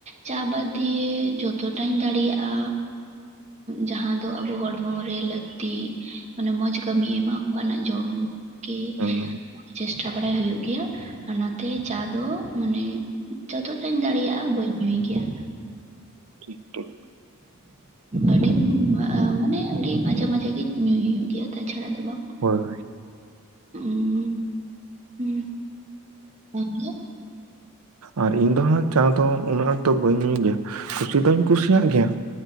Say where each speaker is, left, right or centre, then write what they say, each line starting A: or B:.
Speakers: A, on the right (about 30°); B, on the right (about 75°).
A: ᱪᱟ ᱵᱟᱫ ᱫᱤᱭᱮ ᱡᱚᱛᱚᱴᱟᱧ ᱫᱟᱲᱮᱭᱟᱜᱼᱟ᱾ ᱡᱟᱦᱟᱸ ᱫᱚ ᱟᱵᱚ ᱦᱚᱲᱢᱚ ᱨᱮ ᱞᱟᱹᱠᱛᱤ ᱢᱟᱱᱮ ᱢᱚᱸᱡᱽ ᱠᱟᱹᱢᱤᱭ ᱮᱢᱟ ᱚᱱᱠᱟᱱᱟᱜ ᱡᱚᱢ ᱜᱮ
B: ᱦᱮᱸ
A: ᱪᱮᱥᱴᱟ ᱵᱟᱲᱟᱭ ᱦᱩᱭᱩᱜ ᱜᱮᱭᱟ ᱚᱱᱟᱛᱮ ᱪᱟ ᱫᱚ ᱢᱟᱱᱮ ᱡᱚᱛᱚᱴᱟᱧ ᱫᱟᱲᱮᱭᱟᱜ-ᱟ ᱵᱟᱹᱧ ᱧᱩᱭ ᱜᱮᱭᱟ
B: ᱴᱷᱤᱠ ᱴᱷᱤᱠ
A: ᱟᱰᱤᱢ ᱢᱟᱱᱮ ᱟᱹᱰᱤ ᱢᱟᱡᱷᱮ ᱢᱟᱡᱷᱮ ᱜᱮ ᱧᱩᱭ ᱦᱩᱭᱩᱜ ᱜᱮᱭᱟ ᱛᱟᱪᱷᱟᱲᱟ ᱫᱚ ᱵᱟᱝ
B: ᱦᱳᱭ ᱦᱳᱭ
A: ᱚᱸ ᱦᱮᱸ ᱟᱢ ᱫᱚ
B: ᱟᱨ ᱤᱧ ᱫᱚ ᱦᱟᱸᱜ ᱪᱟ ᱫᱚ ᱩᱱᱟᱹᱜ ᱟᱸᱴ ᱫᱚ ᱵᱟᱹᱧ ᱧᱩᱭ ᱜᱮᱭᱟ ᱠᱩᱥᱤ ᱫᱚᱧ ᱠᱩᱥᱤᱭᱟᱜ ᱜᱮᱭᱟ